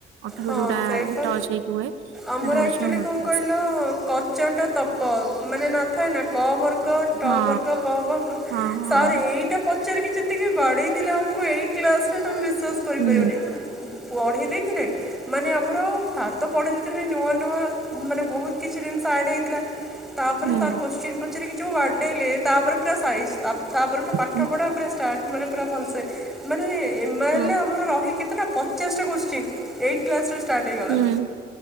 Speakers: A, on the right; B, in the centre.
A: ଓଠରୁ
B: ହଁ
A: ଯୋଉଟା
B: ସେଇପ
A: ଟଚ୍ ହେଇକି ହୁଏ
B: ଆମର
A: ସେଟା ହଉଛି
B: ଆକ୍ଚୁଆଲି
A: ମୁଡନେସ୍।
B: କଣ କହିଲ କଚଟ ତପତ ମାନେ ନଥାଏ ନା କବର୍ ଟବର୍ଗ
A: ହଁ
B: ପବର୍ଗ
A: ହଁ ହଁ
B: ସାର୍ ଏଇଟା ପ ପଚାରିକି ଯେତିକି ବାଡେଇ ଥିଲେ ଆମକୁ ଏଇଟ କ୍ଲାସ ରେ ତ ବିଶ୍ୱାସ କରିପାରିବନି
A: ହୁଁ
B: ପଢେଇ ଦେଇଥିଲେ। ମାନେ ଆମର ସ ତ ପଢରେ ନୂଆ ନୂଆ ମାନେ ବହୁତ କିଛି ଜିନିଷ ଆଡ଼୍ ହେଇଥିଲା ତାପରେ
A: ହୁଁ
B: ସାର କ୍ୱେଶ୍ଚିନ ପଚରିକି ଯୋଉ ବାଟେଇଲେ ତାପରେ ପୁରା ସାଇଜ୍ ତା ତାପରେଠୁ ପାଠ
A: ହୁଁ
B: ପଢା ଉପରେ ଷ୍ଟାର୍ଟ ମାନେ ପୁରା ଭଲସେ ମାନେ ଏମାଏଲ୍
A: ହଁ
B: ରେ ଆମର ରହେ କେତେ ସେଟା ପଚେଷ୍ଟା କ୍ୱେଶ୍ଚେନ୍ ଏଇ କ୍ଲାସରୁ ଷ୍ଟାର୍ଟ ହେଇଗଲା
A: ହୁଁ